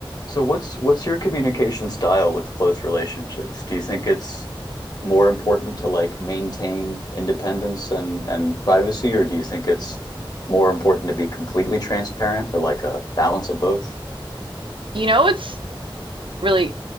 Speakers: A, on the left (about 50°); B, on the right (about 70°).
A: So what's what's your communication style with close relationships? Do you think it's more important to like maintain independence and and privacy, or do you think it's more important to be completely transparent or like a balance of both?
B: You know what's really